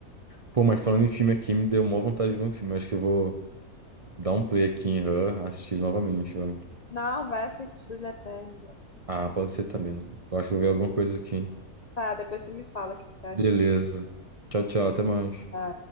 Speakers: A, on the right; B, on the left.
A: Pô, mas falando em filme aqui, me deu maior vontade de ver um filme. Eu acho que eu vou dar um play aqui em Her, assistir ele novamente, velho.
B: Não, vai assistir Brilho Eterno, Jovem Sem
A: Ah, pode ser também. Eu acho que eu vi alguma coisa aqui.
B: Tá, depois você me fala o que que você
A: Beleza.
B: achou.
A: Tchau, tchau. Até mais.
B: Tá.